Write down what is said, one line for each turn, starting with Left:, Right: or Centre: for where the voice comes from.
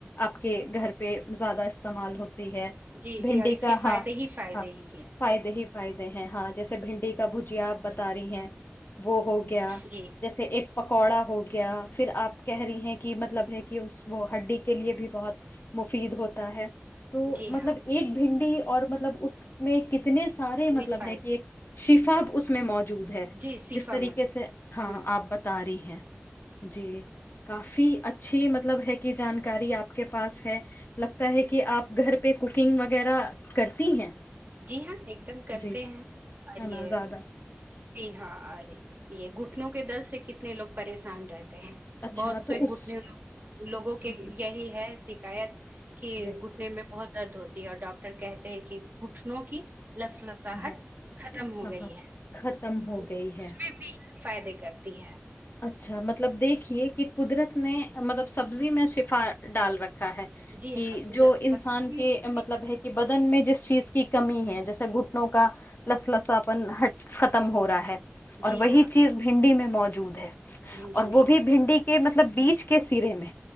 Left: آپ کے گھر پہ زیادہ استعمال ہوتی ہے
Right: جی
Left: بھنڈی
Right: جی اور اس
Left: کا
Right: کے
Left: ہاں
Right: فائدے ہی فائدے
Left: ہاں
Right: ہی ہیں
Left: فائدے ہی فائدے ہیں ہاں جیسے بھنڈی کا بھوجیا بت رہی ہیں وہ ہو گیا
Right: جی
Left: جیسے ایک پکوڑا ہو گیا پھر آپ کہہ رہی ہیں کہ مطلب ہے کہ اس وہ ہڈی کے لیے بھی بہت مفید ہوتا ہے تو
Right: جی
Left: مطلب
Right: ہاں
Left: ایک بھنڈی اور مطلب اس میں کتنے اتنے سارے
Right: نہیں
Left: مطلب
Right: فائدے
Left: ہے کہ ایک شفا
Right: جی
Left: اس میں موجود ہے
Right: جی شفا
Left: جس طریقے
Right: مضبوط
Left: سے
Right: ہے
Left: ہاں
Right: ہوں
Left: آپ بتا رہی ہیں جی کافی اچھی مطلب ہے کہ جانکاری آپ کے پاس ہے لگتا ہے
Right: جی
Left: کہ آپ گھر پہ پہ کوکنگ وغیرہ کرتی ہیں
Right: جی ہاں ایک دم کرتے
Left: جی
Right: ہیں اور
Left: ہے نا
Right: یہ
Left: زیادہ
Right: جی ہاں اور یہ گٹ کتنوں کے درد سے کتنے لوگ پریشان رہتے ہیں
Left: اچھا
Right: بہت سے
Left: تو اس
Right: گٹ نوگ لوگوں کے
Left: ہوں ہوں
Right: یہی ہے شکایت کہ
Left: جی
Right: گھٹنے میں بہت درد ہوتی ہے اور ڈاکٹر کہتے ہیں کہ گٹھنوں کی لس لساہٹ
Left: ہاں ہاں
Right: ختم ہو
Left: ہاں
Right: گئی
Left: ہاں
Right: ہے
Left: ختم ہو
Right: تو
Left: گئی
Right: اس
Left: ہے
Right: میں بھی فائدے کرتی ہے
Left: اچھا مطلب دیکھیے کہ قدرت نے مطلب سبزی میں شفا ڈال رکھ ہے
Right: جی
Left: کہ
Right: ہاں قدرت
Left: جو انسان
Right: کا سبزی
Left: کے
Right: ہے، سبزی
Left: مطلب
Right: کا-
Left: ہے کہ بدن میں جس چیز کی کمی ہے جیسے گٹ کا لس لساپن ہ ختم ہو رہا ہے اور
Right: جی
Left: وہی
Right: ہاں
Left: چیز
Right: جی
Left: بھنڈی میں موج جود ہے <unintelligible>
Right: بھنڈی
Left: اور وہ
Right: میں موجود
Left: بھی بھنڈی کے مطلب مطلب بیچ کے سرے میں